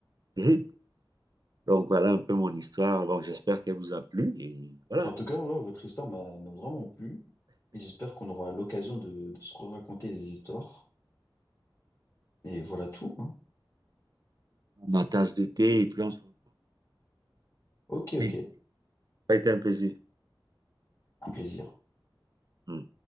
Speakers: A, on the right (about 50°); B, on the left (about 35°).
A: terrible. Donc, voilà un peu mon histoire. Bon, j'espère qu'elle vous a plu. Et voilà,
B: Bah, En tout cas, ouais, votre histoire m'a m'a vraiment plu. Et j'espère qu'on aura l'occasion de, de se raconter des histoires. Et voilà tout, hein.
A: ma tasse d'été, et puis on se retrouve.
B: Ok,
A: Oui,
B: ok.
A: Ça a été un plaisir.
B: Un plaisir.
A: Hmm.